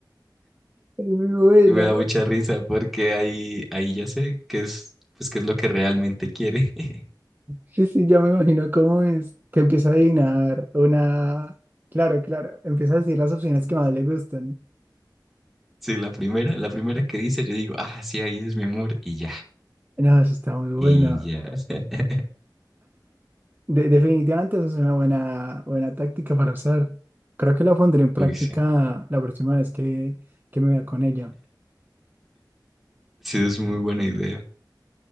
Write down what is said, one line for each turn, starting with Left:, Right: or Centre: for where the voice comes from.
Right: Es muy buena.
Centre: Y me da
Right: güey.
Centre: mucha risa porque ahí, ahí ya sé qué es, pues, qué es lo que realmente quiere. <laughs>
Right: Sí, sí, ya me imagino cómo es. Que empieza a adivinar una. Claro, claro. Empieza a decir las opciones que más le gustan.
Centre: Sí, la primera, la primera que dice, yo digo, ah, sí, ahí es mi amor, y ya,
Right: No, eso está muy bueno.
Centre: y ya. <laughs>
Right: De- definitivamente eso es una buena, buena táctica para usar. Creo que la pondré en práctica
Centre: Uy, sí.
Right: la próxima vez que, que me vea con ella.
Centre: Sí, es muy buena idea.